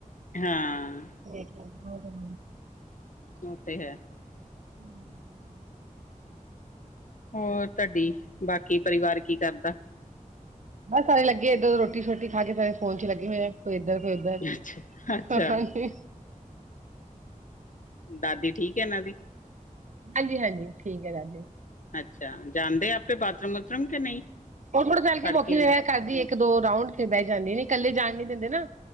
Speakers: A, on the left; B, on the right.
A: ਹਾਂ।
B: <inaudible>
A: ਓ ਤੇ ਹੈ।
B: <unintelligible>
A: ਹੋਰ ਤੁਆਡੀ ਬਾਕੀ ਪਰਿਵਾਰ ਕੀ ਕਰਦਾ?
B: ਬਸ ਸਾਰੇ ਲੱਗੇ ਏਧਰ ਰੋਟੀ ਸ਼ੋਟੀ ਖਾ ਕੇ ਸਾਰੇ ਫੋਨ ਚ ਲਗੇ ਹੋਏ ਐ। ਕੋਈ ਏਧਰ, ਕੋਈ ਏਧਰ
A: ਅੱਛਾ ਅੱਛਾ
B: ਹਾਂਜੀ।
A: ਦਾਦੀ ਠੀਕ ਐ ਏਨਾਂ ਦੀ?
B: ਹਾਂਜੀ-ਹਾਂਜੀ ਠੀਕ ਐ ਦਾਦੀ।
A: ਅੱਛਾ ਜਾਣਦੇ ਆਪੇ ਬਾਥਰੂਮ ਵਥਰੂਮ ਕਿ ਨਹੀਂ?
B: ਓ ਥੋੜਾ ਚੱਲ ਕੇ
A: ਫੜ
B: ਵੋਕਿੰਗ
A: ਜਾਣ
B: ਵਗੈਰਾ ਕਰਦੀ ਏ ਏਕ-ਦੋ ਰਾਊਡ ਤੇ ਬੈ ਜਾਦੀ ਨੀ ਕੱਲੇ ਜਾਣ ਨੀ ਦਿੰਦੇ ਨਾ।